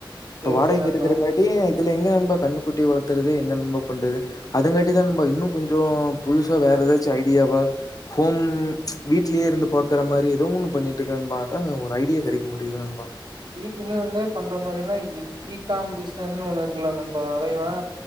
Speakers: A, on the left; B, on the right.
A: இப்ப
B: சேரி
A: வாடைக்கு
B: சேரி நண்பா
A: இருக்றங்காட் அப்டியே இதுல எங்க நண்பா கன்னு குட்டி வளத்துறது எங்க நண்பா பண்றது அதுகாட்டிதா நண்பா இன்னு கொஞ்சோ புதுசா வேற ஏதாச்சு ஐடியாவா ஹோம் வீட்லயே இருந்து பாக்குற மாரி ஏதோ ஒன்னு பண்ணிட் இருக்கே நண்பா அதா ஒரு ஐடியா கெடைக்க மாட்டேங்குது நண்பா
B: வீட்டுல இருந்தே பண்ற மாரின்னா ஈ ஈ காம் பிசினஸ்ன்னு ஒன்னு இருக்குலா நண்பா அதை வேணா